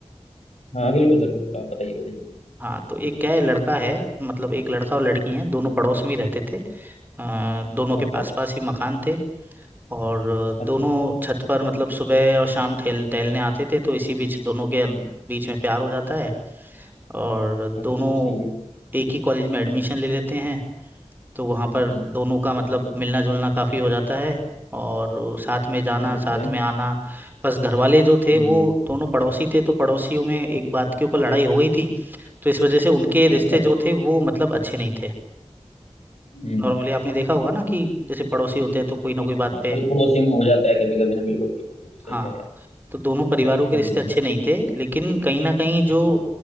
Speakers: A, on the left (about 75°); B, on the right (about 15°).
A: हाँ बिल्कुल सर बिल्कुल आप बताइए बताइए
B: हाँ तो एक क्या है लड़का है मतलब एक लड़का और लड़की हैं दोनों
A: हम्म,
B: पड़ोस में ही रहते थे अ, दोनों के
A: अच्छा
B: पास पास ही मकान थे और
A: अच्छा
B: दोनों छत पर मतलब सुबह और शाम ठेल टहलने आते थे तो इसी बीच दोनों के बीच में प्यार हो जाता है और दोनों
A: अच्छा सही है
B: एक ही कॉलेज में एडमिशन ले लेते हैं तो वहाँ पर
A: हम्म
B: दोनों का मतलब मिलना जुलना काफ़ी हो जाता है और साथ में जाना
A: ठीक
B: साथ
A: है
B: में आना बस घर वाले जो थे
A: हम्म
B: वो
A: हम्म।
B: दोनों पड़ोसी थे तो पड़ोसियों में एक बात के ऊपर लड़ाई हो गई थी तो इस वजह से उनके रिश्ते
A: अच्छा अच्छा
B: जो थे वो मतलब अच्छे नहीं थे
A: हम्म
B: नॉर्मली आपने देखा होगा ना कि जैसे पड़ोसी होते हैं तो कोई ना कोई बात
A: मतलब
B: पे
A: पड़ोसियों में हो जाता है कभी कभी ना बिल्कुल बिल्कुल बिल्कुल सही
B: हाँ
A: कह रहे हैं आप
B: तो दोनों परिवारों के
A: हम्म
B: रिश्ते
A: हम्म
B: अच्छे नहीं थे लेकिन कहीं ना कहीं जो
A: अच्छा